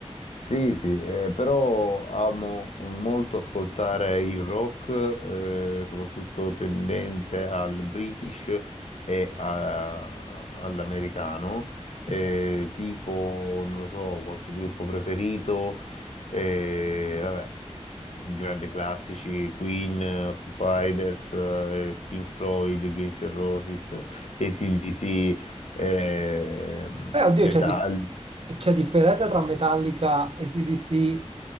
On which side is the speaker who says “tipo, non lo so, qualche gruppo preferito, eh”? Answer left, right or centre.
Left